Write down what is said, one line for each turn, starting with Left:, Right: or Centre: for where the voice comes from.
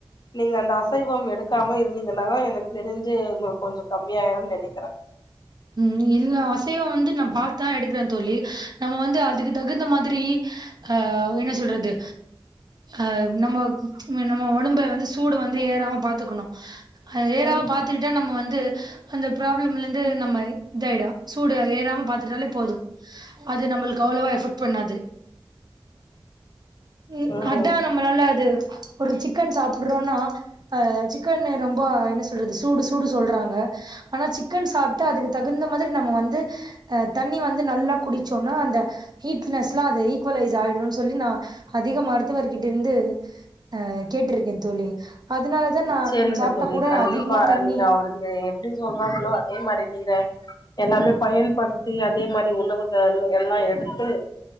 Left: நீங்க அந்த- அசைவம் எடுக்காம இருந்தீங்கன்னா எனக்கு தெரிஞ்சு உங்களுக்கு கொஞ்சம் கம்மியாயிடும்னு நினைக்கிறேன்
Right: உம் இல்ல அசைவம் வந்து நம்- அதுதான் எடுக்கறேன் தோழி நம்ம வந்து அதுக்கு- தகுந்த மாதிரி அஹ் என்ன சொல்றது அஹ் நம்ம நம்ம உடம்ப வந்து சூட வந்து ஏறாம பாத்துக்கணும் ஏறாம
Left: ம்
Right: பாரத்துக்கிட்டா நம்ம வந்து அந்த- பிராப்ளம்ல இருந்து நம்ம- இதாயிடும் சூடு ஏறாம- பாத்துட்டாலே போதும் அது நம்மளுக்கு அவ்வளவா எஃபெக்ட் பண்ணாது உம்
Left: ம்
Right: அதான் நம்ம நல்லா அது ஒரு சிக்கன் <unintelligible> <unintelligible> சிக்கன் ரொம்ப என்ன சொல்றது சூடு சூடு சொல்றாங்க ஆனா சிக்கன் சாப்பிட்டு அதுக்கு தகுந்த மாதிரி நம்ம வந்து தண்ணி வந்து நல்லா குடிச்சோம்னா அந்த ஹீட்னஸ் து ஈக்குவலைஸ் ஆயிடும் சொல்லி நான் அதிக மருத்துவர் கிட்ட இருந்து அஹ் கேட்டிருக்கேன் தோழி அதனாலதா நா
Left: சரிங்க
Right: சாப்ட்டா
Left: தோழி
Right: கூட
Left: கண்டிப்பா
Right: அதிகமா தண்ணி
Left: நீங்க அவருங்க எப்படி சொல்றாங்களோ அதே மாதிரி நீங்க எல்லாமே பயன்படுத்தி அதே மாதிரி உணவுகள் எல்லாம் எடுத்து